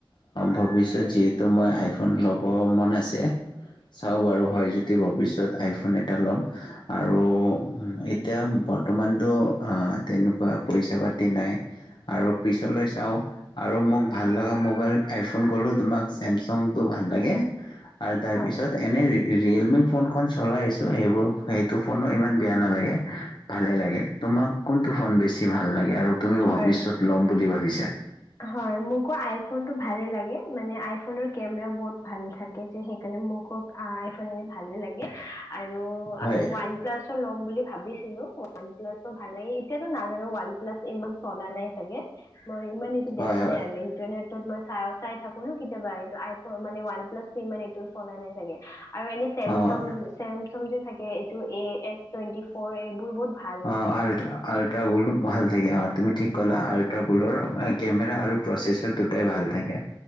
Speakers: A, on the left; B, on the left.
A: ভৱিষ্যত যিহেতু মই আইফোন ল'ব মন আছে চাওঁ বাৰু হয় যদি ভৱিষ্যত আইফোন এটা ল'ম আৰু। এতিয়া বৰ্তমানতটো তেনেকুৱা পইচা পাতি নাই আৰু পিছলৈ চাওঁ আৰু মোক ভাল লগা মোবাইল আইফোন কলো তোমাক চেমচংটো ভাল লাগে। আৰু তাৰ
B: হয়
A: পিছত এনে ৰিয়েলমি ফোনখন। চলাই আছো সেইবোৰ সেইটো ফোনো ইমান বেয়া নালাগে ভালে লাগে তোমাক কোনটো ফোন বেছি ভাল লাগে? আৰু তুমি
B: হয়
A: ভৱিষ্যত ল'ম বুলি ভাবিছা।
B: হয় মোকো আই ফোনটো ভালে লাগে। মানে আই ফোনত কেমেৰা বহুত ভাল থাকে। যে সেই কাৰণে মোকো আই ফোন ভালে লাগে। আৰু
A: হয়,
B: আৰু ওৱান প্লাছো ল'ম বুলি ভাবি ছিলোঁ ওৱান পালাচটো ভালে লাগে এতিয়াটো নাজানো ওৱান পালাচ ইমান। চলা নাই চাগে মই ইমান- দেখা
A: হয়, হয়।
B: নাই আৰু ইণ্টাৰনেট- ত মই চাই থাকোঁ ন। কেতিয়াবা আই ফনটো মে ওৱান প্লাছ মান এইটো চলা নাই চাগে। আৰু এনে চেমচং
A: অ',
B: চেমচং যে- থাকে এ এছ টুৱেণ্টি ফ'ৰ এইবোৰ বহুত ভাল থাকে
A: অ আল আলট্ৰ বলো ভাল থাকে অ তুমি ঠিকলা
B: হয়
A: আল্ট্ৰাপুলৰ কেমেৰা আৰু প্ৰচেছৰ দুটাই ভাল থাকে।